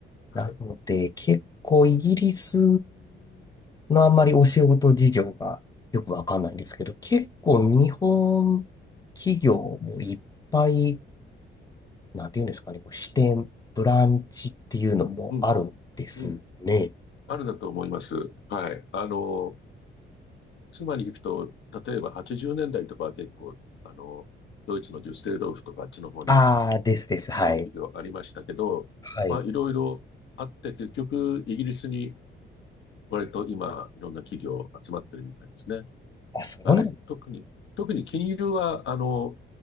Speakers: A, on the left (about 70°); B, on the left (about 20°).
A: はい。
B: なので、結構イギリスのあんまりお仕事事情がよくわかんないんですけど、結構日本企業もいっぱいなんていうんですかね、こう支店、ブランチっていうのもあるんですね。
A: うん、うん。あるんだと思います。はい。あの、妻に行くと、例えば80年代とかは結構、あの、ドイツのデュッセルドルフとかあっちの方に
B: ああ、ですです。はい。
A: 日本企業ありましたけど、
B: はい。
A: まあいろいろあって結局イギリスに割と今いろんな企業集まってるみたいですね。
B: あ、そうなん、
A: はい。特に、特に金融はあの、